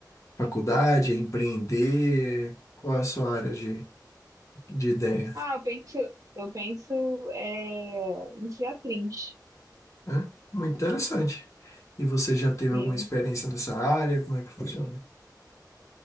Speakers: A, on the left; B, on the right.
A: faculdade, é empreender? Qual é a sua área de, de ideia?
B: Ah, eu penso, eu penso é, em ser atriz.
A: Hã? Muito interessante. E você já teve
B: Sim.
A: alguma experiência nessa área? Como é que funciona?